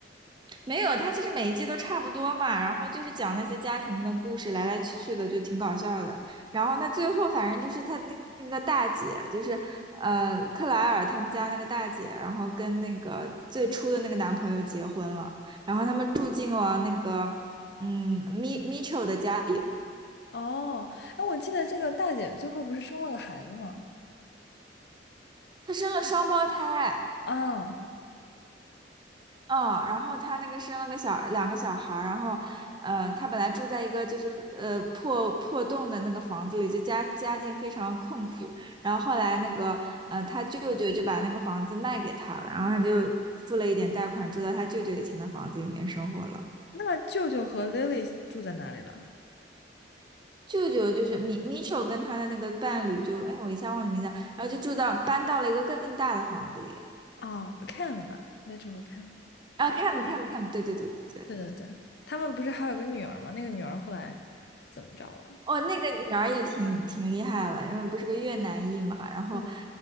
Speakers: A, on the right; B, on the left.
A: 没有，他其实每一季都差不多嘛，然后就是讲那些家庭的故事，来来去去的，就挺搞笑的。然后他最后反正就是他那那个大姐，就是呃克莱尔他们家那个大姐，然后跟那个最初的那个男朋友结婚了，然后他们住进了那个嗯米米 m i c 的家里，
B: 哦，哎，我记得这个大姐最后不是生了个孩子吗？
A: 她生了双胞胎，
B: 啊，
A: 嗯，然后他那个生了个小两个小孩儿，然后，呃，他本来住在一个就是呃破破洞的那个房子里，就家家境非常困苦。然后后来那个呃他舅舅就把那个房子卖给他了，然后他就付了一点贷款，住到他舅舅以前的房子里面生活了。
B: 那舅舅和 Lily 住在哪里了？
A: 舅舅就是米米丑跟他的那个伴侣就，哎，我一下忘记名字了，然后就住到搬到了一个更大的房子里。
B: 啊 c a m 吧 m i t c h 和 Cam。
A: 啊 c a m c a m c a m 对对对对对。
B: 对对对，他们不是还有个女儿吗？那个女儿后来怎么着了？
A: 哦，那个女儿也挺挺厉害的，因为不是个越南裔嘛，然后
B: 嗯，